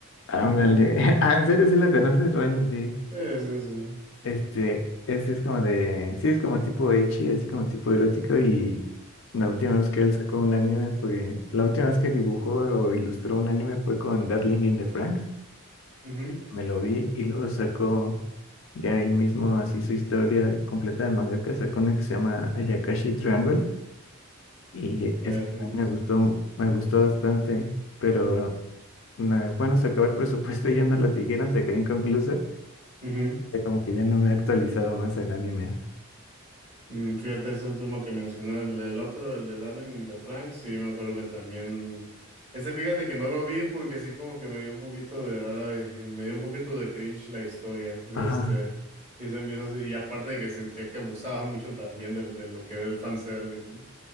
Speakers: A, on the left; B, on the right.
A: Ándale.
B: <laughs>
A: <laughs> Ah, ¿en serio sí la conoces? Bueno, sí.
B: Sí, sí, sí,
A: Este, ese es como de, sí, es como tipo ecchi, así como tipo erótico y la última vez que él sacó un anime fue, la última vez que dibujó o ilustró un anime fue con Darling in the Franxx.
B: ujú,
A: Me lo vi y luego sacó ya él mismo así su historia completa de mangaka, sacó una que se llama Ayakashi Triangle y
B: es-
A: es, a mí me gustó,
B: es-
A: me gustó bastante, pero no, bueno, se acabó el presupuesto y ya no la siguieron, se quedó inconclusa,
B: ujú.
A: ya como que ya no me he actualizado más en anime.
B: Mm, Fíjate, ese último que mencioné, el, el otro, el de Darling in the Franxx, sí, me acuerdo que también, ese fíjate que no lo vi porque sí como que me dio un poquito de, ay, me dio un poquito de cringe la historia,
A: Ajá.
B: este, y se me hizo así, y aparte de que sentía que abusaba mucho también del- de, lo que era el fanservice, ¿no?